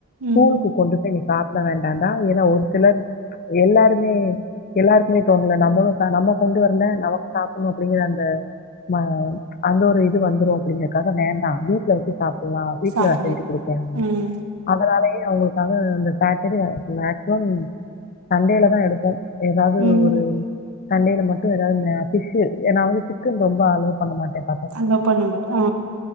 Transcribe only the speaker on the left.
ஸ்கூல்க்கு கொண்டு போய் நீ ப்ட வேண்டாண்டா ஏன்னா ஒரு சிலர் எல்லாருமே எல்லாருக்குமே தோணுல நம்மளு ஆ நம்ம கொண்டு வரல நமக்கு சாப்படணு அப்டிங்கிற அந்த ம அந்த ஒரு இது வந்துரு அப்டிங்கறக்காக வேண்டா வீட்ல வச்சு சாப்படலா வீட்ல
செஞ்சு குடுக்கேன்னு
அதனாலயே அவங்களுக்காக அந்த சாட்டர்டே மேக்சிமம் சண்டேலதா எடுப்போ எதாவ்து
ஒரு சண்டேல மட்டு எதாவது இந்த ஃபிஷ்ஷு ஏன்னா வந்து சிக்கன் ரொம்ப அலோவ் பண்ண மாட்டேன்